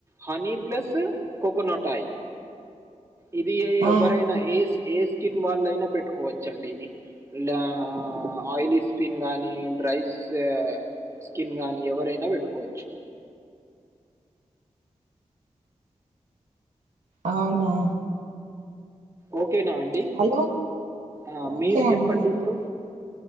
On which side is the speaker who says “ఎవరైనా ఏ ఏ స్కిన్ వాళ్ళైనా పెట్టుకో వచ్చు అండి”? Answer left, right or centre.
Right